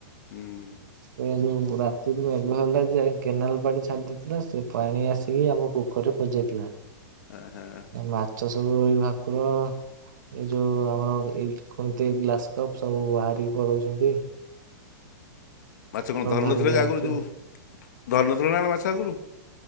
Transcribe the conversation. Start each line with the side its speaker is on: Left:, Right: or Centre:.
Left: ହୁଁ ହୁଁ।
Right: ସେ ଯୋଉ ରାତିରୁ ମେଘ ହେଲା ଯେ କେନାଲ ପାଣି ଛାଡି ଦେଇଥିଲା, ସେ ପାଣି ଆସିକି ଆମ ପୋଖରୀ ରେ ପଜାଇଥିଲା।
Left: ହଁ ହଁ।
Right: ମାଛ ସବୁ ରୋହି ଭାକୁର ଏଇ ଯୋଉ ଆମର ଏଇ କୁନ୍ତି ଗ୍ଲାସ କପ୍ ସବୁ ବାହାରିକି ପଳଉଚନ୍ତି।
Left: ମାଛ କଣ ଧରିନଥିଲେ
Right: ଧରିକି ଆଣିଛୁ
Left: ଆଗରୁ ଯେଉ ଧରିନଥିଲୁ ନା କଣ ମାଛ ଆଗରୁ?